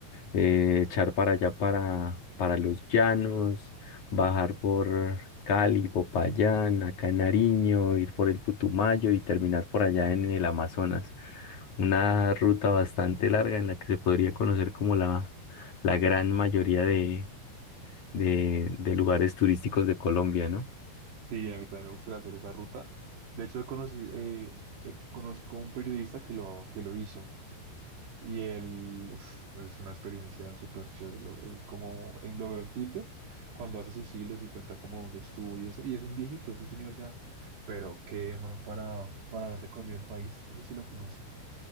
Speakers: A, on the left; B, on the right.
A: eh, echar para allá para, para los llanos, bajar por Cali, Popayán, acá en Nariño, ir por el Putumayo y terminar por allá en el Amazonas. Una ruta bastante larga en la que se podría conocer como la, la gran mayoría de, de, de lugares turísticos de Colombia, ¿no?
B: Sí, a mí también me gustaría hacer esa ruta. De hecho, he conocido, eh, eh, conozco un periodista que lo, que lo hizo. Y él, uf, pues, es una experiencia súper chévere. Lo, él, como, él lo veo en Twitter, cuando hace sus hilos y cuenta como dónde estuvo y eso. Y es un viejito, es un señor ya. Pero qué man para, para haber recorrido el país. Ese sí lo conoce.